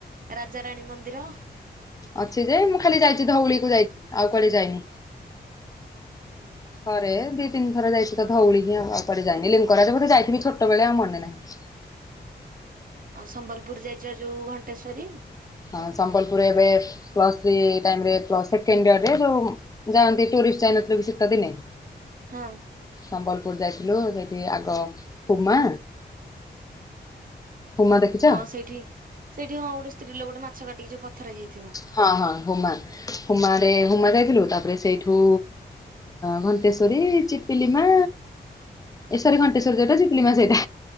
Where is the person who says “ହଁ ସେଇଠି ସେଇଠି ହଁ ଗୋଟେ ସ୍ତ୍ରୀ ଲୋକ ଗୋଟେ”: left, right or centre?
Right